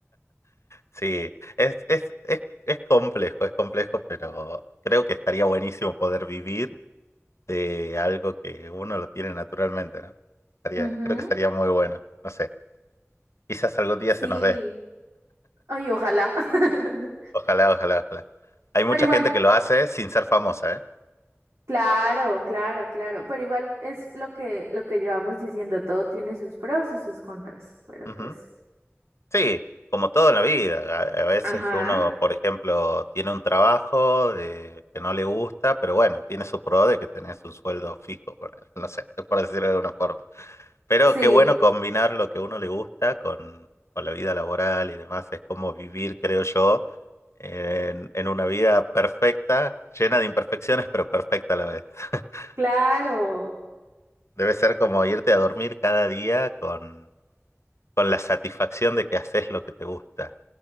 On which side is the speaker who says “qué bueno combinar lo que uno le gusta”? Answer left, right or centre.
Left